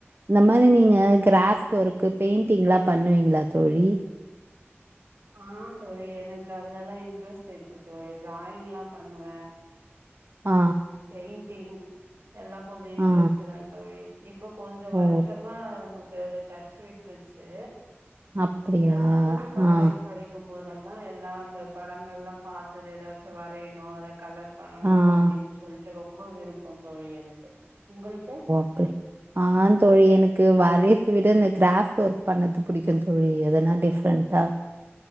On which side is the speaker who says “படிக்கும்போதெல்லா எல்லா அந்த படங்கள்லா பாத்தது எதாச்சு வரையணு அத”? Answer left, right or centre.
Right